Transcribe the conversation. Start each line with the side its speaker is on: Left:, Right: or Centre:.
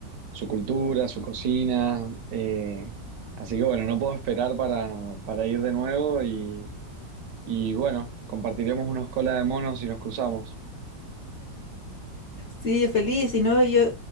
Right: su cultura, su cocina. eh, así que bueno, no puedo esperar para, para ir de nuevo y, y bueno, compartiremos unos cola de monos y nos cruzamos.
Left: Sí, feliz, y no, yo